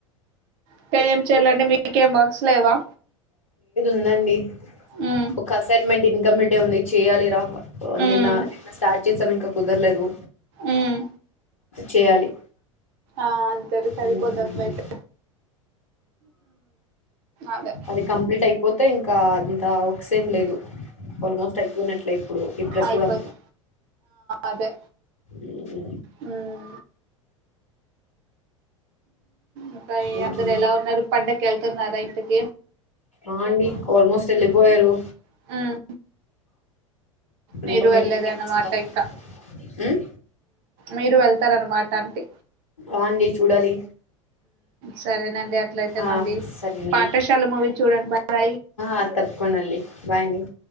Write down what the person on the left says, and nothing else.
ఉండండి
ఒక అసైన్మెంట్ ఇంకంప్లీట్ డే ఉంది చేయ్యాలిరా
నిన్న నిన్న స్టార్ట్ చేసాం ఇంకా కుదరలేదు
చేయాలి
హ్మ్.
అది కంప్లీట్ అయిపోతే ఇంకా అంత వర్క్ ఏం లేదు ఆల్మోస్ట్ అయిపోయినట్లే ఇప్పుడు ఈ ప్రస్తుత
అ
ఉమ్
ఇంకే
ఆ అండి ఆల్మోస్ట్ వెళ్ళిపోయారు
ఇంకా మే
మేము
చూడాలి
ఉమ్,
అవుండి చూడాలి
ఆ
సరే అండి
ఆ తప్పకుండా అండి బాయ్